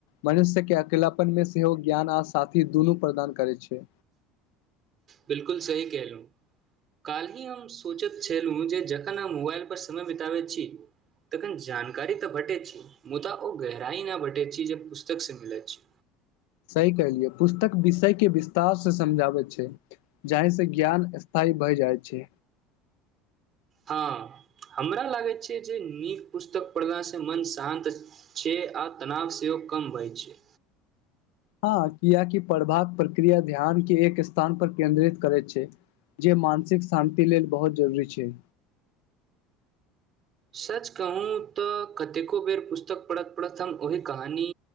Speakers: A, on the left (about 80°); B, on the right (about 30°).
A: मनुष्य के अकिलपन मे सेहो ज्ञान आ साथी दुनू प्रदान करै छै।
B: बिलकुल सही कलहुँ काल्हि ही हम सोचैत छलहुँ जे जखन हम मोबाइलपर समय बितबैत छी, तखन जानकारी तऽ भेटैत छी, मुदा ओ गहराइ नहि भेटैत छी, जे पुस्तकसँ मिलैत छी।
A: सही कलियै, पुस्तक विषयके विस्तार से समझाबै छै, जाहिसँ ज्ञान स्थायी भय जाइ छै।
B: हँ, हमरा लागै छै जे नीक पुस्तक पढ़लासँ मन शान्त छै, आ तनाव सेहो कम भइ छै।
A: हँ, किआकि पढ़बाक प्रक्रिया ध्यान के एक स्थान पर केन्द्रित करैत छै, जे मानसिक शान्ति लेल बहुत जरूरी छै।
B: सच कहू तऽ, कतेको बेर पुस्तक पढ़त-पढ़त हम ओहि कहानी